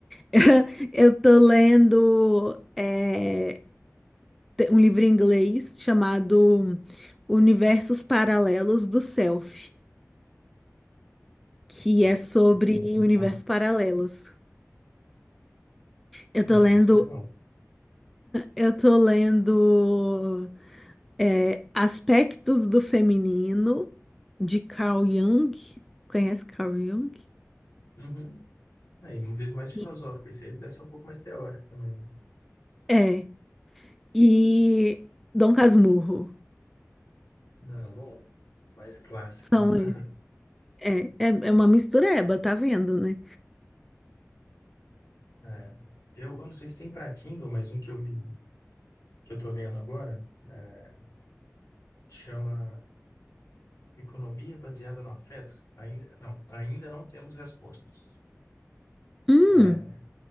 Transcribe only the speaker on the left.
Não,
esse eu não vou
falar.
Não,
deve ser legal.
Uhum. Aí, um livro mais filosófico.
Esse aí deve ser um pouco mais teórico também. né?
Não, bom, mais clássico,
né? <laughs>
É. Eu, eu não sei se tem para Kindle, mas um que eu li, que eu tô lendo agora, é, chama Economia Baseada no Afeto. Ainda não, ainda não temos respostas.
É,